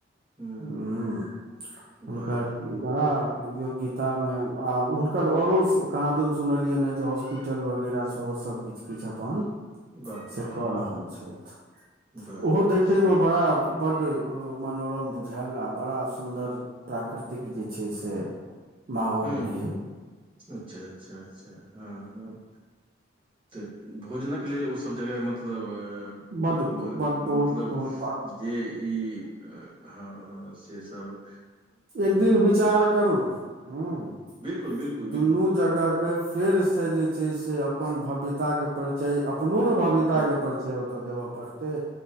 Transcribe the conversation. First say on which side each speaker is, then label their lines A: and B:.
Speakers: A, on the right (about 25°); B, on the right (about 45°).
A: हूँ
B: हूंम्म हुनकर
A: वाह
B: बड़ा योग्यता मे आ हुनकर औरो कहाँ दन सुनलियनि हें जे हॉस्पिटल होस्पीटल वगैरह सेहो सब किछु किछु अपन
A: वाह
B: से
A: वाह
B: कऽ
A: वाह
B: रहल छथि
A: वाह
B: ओहो
A: बहुत
B: देखैमे
A: सुन
B: बड़ा बड्ड मनोरम बुझेल आ बड़ा सुन्दर प्राकृतिक जे छै से माहौल
A: हूँ
B: रहै
A: अच्छा अच्छा अच्छा हँ हँ तऽ भोजनक लेल ओसभ जगह मतलब बहुत
B: बड
A: <unintelligible>
B: बड बहुत
A: मतलब
B: बहुत
A: जे ई हँ हँ से सब
B: एक दिन विचार करू हूंम्म
A: बिलकुल बिलकुल
B: दुनू
A: बिलकुल बिलकुल
B: जगह के फेरसँ जे छै से अपन भव्यताके परिचय अपनो न भव
A: तऽ
B: <unintelligible> के परिचय ओतऽ देबऽ पड़तै